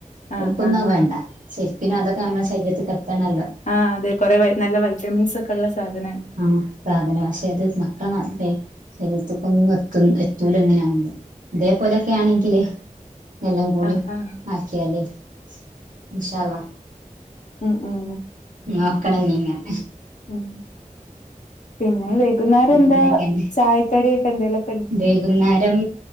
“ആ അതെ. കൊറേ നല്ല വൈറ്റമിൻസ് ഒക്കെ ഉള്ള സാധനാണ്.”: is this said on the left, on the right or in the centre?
Left